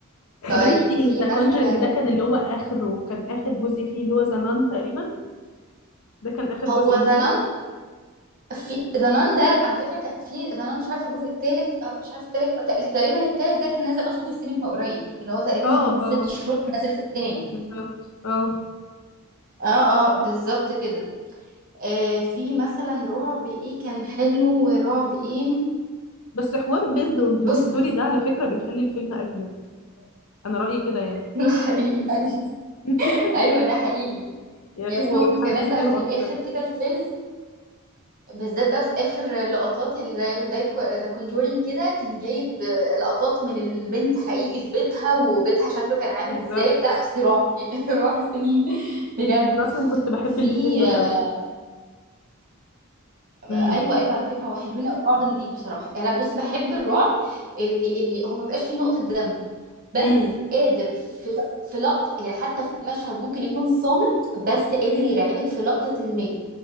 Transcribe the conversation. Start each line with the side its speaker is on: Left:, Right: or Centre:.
Right: طيب
Left: طب انتي
Right: في
Left: ذا
Right: مثلا
Left: كونجرينج ده كان اللي هو اخره كان اخر جزء فيه اللي هو ذا نان تقريبا ده كان اخر
Right: هو
Left: جزء
Right: ذا
Left: نزل
Right: في ذا نان ده على فكره كان في ذا نان مش عارفه الجزء الثالث مش عارفه التالت أو- تقريبا الثالث ده كان نازل اصلا في السينما قريب اللي هو تقريبا من
Left: اه
Right: ست
Left: اه
Right: شهور كان نازل في السينما
Left: بالظبط اه
Right: اه اه بالظبط كده آه في مثلا رعب ايه كان حلو ورعب ايه
Left: بس حوار بيزد اون ترو
Right: بص
Left: ستوري
Right: <laughs>
Left: ده على فكره بيخلي الفيلم اجمد انا رايي كده يعني
Right: ده حقيقي
Left: <laughs>
Right: ايوه ده حقيقي
Left: يعني
Right: يعني
Left: احس
Right: وكمان
Left: ان انا اتحمست
Right: بقى
Left: له
Right: في
Left: اكتر
Right: الاخر كده الفيلم بالذات بقى في اخر لقطات يعني زي زي ذا كونجورينج كده كان جايب لقطات من البنت حقيقي في بيتها وبيتها شكله كان عامل
Left: بالظبط
Right: ازاي وبتاع بصي رعب يعني <laughs> رعب السنين بجد
Left: انا اصلا كنت بحب
Right: في
Left: الاتنين دول
Right: آه،
Left: قوي
Right: ايوه
Left: امم
Right: ايوه على فكره هو حلوين قوي رعب نضيف بصراحه يعني انا بص بحب الرعب اللي اللي هو مبيبقاش فيه نقطه دم بس
Left: امم
Right: قادر في ل- في لقطه يعني حتى في مشهد ممكن يكون صامت بس قادر يرعبك في لقطه ما يعني